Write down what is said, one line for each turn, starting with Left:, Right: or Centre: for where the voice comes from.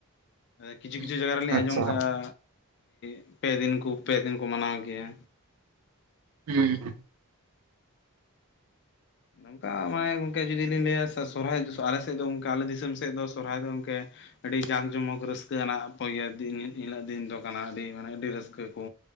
Left: ᱠᱤᱪᱷᱩ
Right: ᱦᱩᱸ,
Left: ᱠᱤᱪᱷᱩ ᱡᱟᱭᱜᱟ ᱨᱮᱞᱤᱧ
Right: ᱟᱪᱪᱷᱟ
Left: ᱟᱸᱡᱚᱢ ᱠᱟᱜᱼᱟ ᱾ ᱯᱮ ᱫᱤᱱ ᱠᱚ ᱯᱮᱫᱤᱱ ᱠᱚ ᱢᱟᱱᱟᱣ ᱜᱮᱭᱟ᱾
Right: ᱦᱩᱸ
Left: ᱱᱚᱝᱠᱟ ᱢᱟᱱᱮ ᱜᱚᱝᱠᱮ ᱡᱩᱫᱤ ᱞᱤᱧ ᱞᱟᱹᱭᱟ ᱾ ᱥᱚᱨᱦᱟᱭ ᱟᱞᱮ ᱥᱮᱫ ᱫᱚ ᱚᱱᱠᱟ, ᱟᱞᱮ ᱫᱤᱥᱚᱢ ᱥᱮᱫ ᱫᱚ ᱥᱚᱨᱦᱟᱭ ᱫᱚ ᱜᱚᱝᱠᱮ ᱟᱹᱰᱤ ᱡᱟᱠ ᱡᱚᱢᱚᱠ ᱨᱟᱹᱥᱠᱟᱹ ᱠᱟᱱᱟ, ᱚᱠᱭᱟ ᱮᱤᱞᱜ ᱫᱤᱱ ᱫᱚ ᱠᱟᱱᱟ ᱟᱹᱰᱤ ᱢᱟᱱᱮ ᱟᱹᱰᱤ ᱨᱟᱹᱥᱠᱟᱹ ᱠᱚ᱾